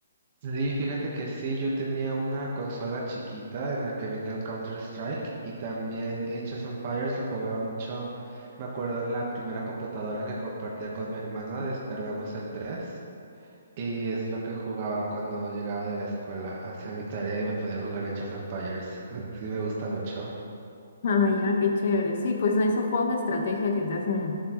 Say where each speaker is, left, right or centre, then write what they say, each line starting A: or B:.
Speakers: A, on the right; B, on the left.
A: Sí, fíjate que sí, yo tenía una consola chiquita en la que venía el Counter-Strike y también Age of Empires lo jugaba mucho. Me acuerdo en la primera computadora que compartía con mi hermana, descargamos el 3 y es lo que jugaba cuando llegaba de la escuela, hacía mi tarea y me podía jugar Age of Empires. <laughs> Sí, me gusta mucho.
B: Ah, ya, qué chévere. Sí, pues a esos juegos de estrategia que te hacen